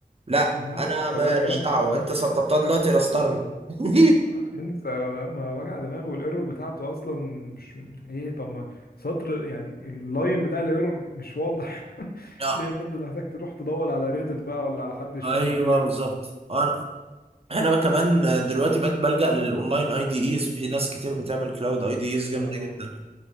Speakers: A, on the right; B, on the left.
A: لا
B: لا
A: انا
B: انسى
A: ماليش
B: بقى الكلام
A: دعوه
B: ده
A: انت سطبتها دلوقتي راسترني <laughs>
B: انسى ولا ما وجع دماغ والايرور بتاعته اصلا مش ايه طب ما سطر يعني اللاين بتاع الايرور مش واضح <laughs>
A: لا
B: تلاقي ان انت محتاج تروح تدور على ريدت بقى ولا على حد يشرح
A: ايوه
B: لك ايه الايرور
A: بالظبط انا انا كمان دلوقتي بقيت بلجأ للاونلاين اي دي ايز في ناس كتير بتعمل كلاود اي دي ايز جامده
B: اه
A: جدا